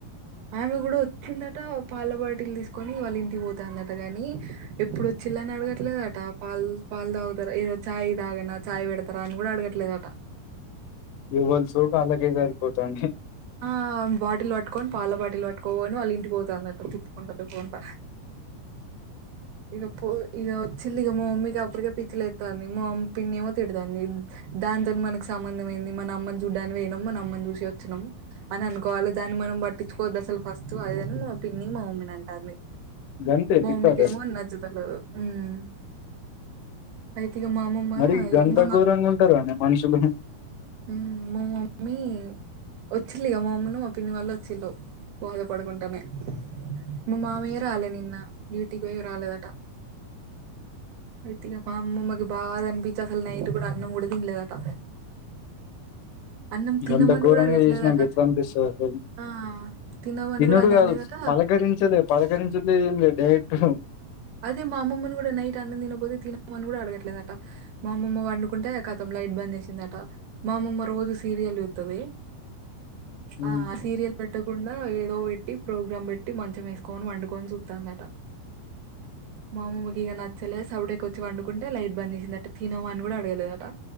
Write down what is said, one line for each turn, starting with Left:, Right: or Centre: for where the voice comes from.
Right: ఆమె కూడా వచ్చిందట పాల బాటిలు తీసుకొని వాళ్ళింటికి పోతాదట గానీ ఎప్పుడొచ్చిల్లని అడగట్లేదట పాలు పాలు తాగుతారా ఏదో ఛాయ్ తగనా చాయ్ పెడతారా అని కూడా అడగట్లేద
Left: ఎవ్వల సోకు ఆళ్ళకే సరిపోతయి అని
Right: ఆ బాటిల్ పట్టుకొని పాల బాటిళ్లు పట్టుకోని వాళ్ళు ఇంటికి పోతా ఉందట తిప్పుకుంటా తిప్పకుంటా ఈడ పో ఈడ వచ్చింది గా మా మమ్మీకి అప్పుడికే పిచ్చిలే తాని మామ్ పిన్నీ ఏమో తిడతాంది దానితోని మనకు సమ్మందం ఏంది మన అమ్మని చూడ్డానికి పోయినాము మన అమ్మని చూసి చ్చినం అని అనుకోవాలి దాన్ని మనం బట్ ట్టిచ్చుకోవద్దు అసలు ఫస్టు అది అని మా పిన్ని మా మమ్మీని అంటాంది
Left: గంతే
Right: మా
Left: తిట్టారు
Right: మమ్మీకి ఏమో నచ్చుతలేదు ఉమ్ అయితే ఇగ మా అమ్మమ్మ
Left: మరీ గంత
Right: మా
Left: ఘోరంగా ఉంటారా అండి మనుషులు
Right: ఊ మా మమ్మీ వచ్చిల్లిగ మా మమ్మిను మా పిన్ని వాళ్ళ చ్చిల్లు బాధపడుకుంటానే మా మామయ్య రాలే నిన్న డ్యూటీకి పొయ్యి రాలేదట అయితే ఇగ మా అమ్మమ్మకి బాధ అనిపిచ్చి అసలు నైట్ కూడా అన్నం కూడా తినలేదట అన్నం తినమని
Left: గంత ఘోరంగా
Right: కూడా అడగట్లేదట
Left: చేసినంక ఎట్లా అనిపిస్తది అసలు
Right: ఆ తినమని
Left: తనుడు
Right: కూడా అనట్లేదట
Left: గాదు పలకరించలే పలకరించట్లేదు ఏం లేదు డైయెట్ <inaudible>
Right: అదే మా అమ్మని కూడా నైట్ అన్నం తినకపోతే తినమని కూడా అడగట్లేదట మా అమ్మమ్మ వండుకుంటే ఖతం లైట్ బంద్ చేసిందట మా అమ్మమ్మ రోజూ సీరియల్ చూత్తది
Left: హ్మ్
Right: ఆ ఆ సీరియల్ పెట్టకుండా ఏదో పెట్టి ప్రోగ్రామ్ పెట్టి మంచం ఏసుకొని పండుకొని చూత్తాందట మా అమ్మమ్మకి ఇగ నచ్చలే సవుడేకొచ్చి వండుకుంటే లైట్ బంద్ చేసిందట తినమని కూడా అడగలేదట